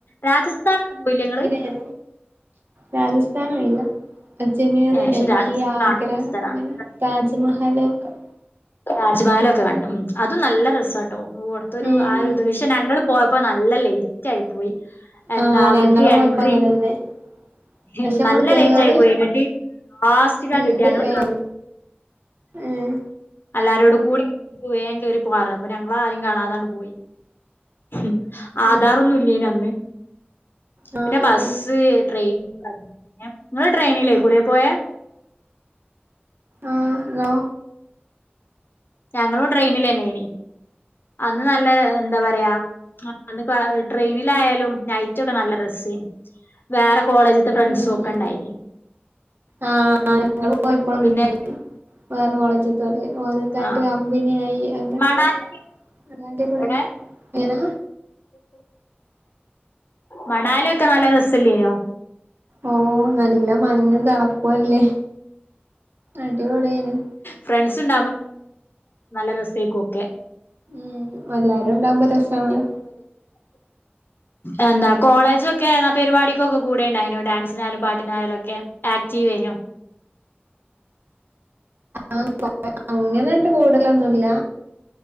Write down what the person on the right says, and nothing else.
ഹലോ രാജസ്ഥാൻ പോയില്ല അജ്മീർ
ഡൽഹി
ആഗ്ര
അങ്ങനെ താജ്മഹൽ ഒക്കെ
ഉം
ആ
ഞങ്ങള്
പോയപ്പോ അങ്ങനെന്നെ
പക്ഷെ നമ്മള്
കേറി
കൊണ്ട്
വേഗം ഉം
ഉം
ആ
ആ
ആഹ്‌ ഇങ്ങളോ
ഉം
ഉം
ആ ഞങ്ങള് പോയപ്പളും
വേറെ കോളേജത്തോര് ഓരോക്കായിട്ട്
കമ്പിനിയായി അങ്ങനൊക്കെ
അങ്ങനെ അടിപൊളിയാണ്
ഏങ്ങനാ
ഓഹ് നല്ല മഞ്ഞും തണുപ്പും ല്ലേ അടിപൊളിയനു
ഉം എല്ലാരും ഉണ്ടാവുമ്പോ രസണല്ലോ
ആഹ്‌ അങ്ങനെയിട്ട് കൂടലൊന്നുംല്ല